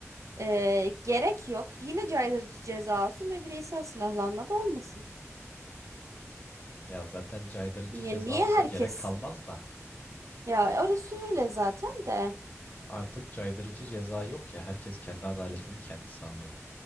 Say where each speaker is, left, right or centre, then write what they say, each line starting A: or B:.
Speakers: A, on the right; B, on the left.
A: e, gerek yok yine caydırıcı ceza olsun ve bireysel silahlanma da olmasın.
B: Ya zaten caydırıcı
A: Yani
B: ceza
A: niye
B: olsa
A: herkes
B: gerek kalmaz da
A: ya orası öyle zaten de.
B: artık caydırıcı ceza yok ya herkes kendi adaletini kendi sağlıyor.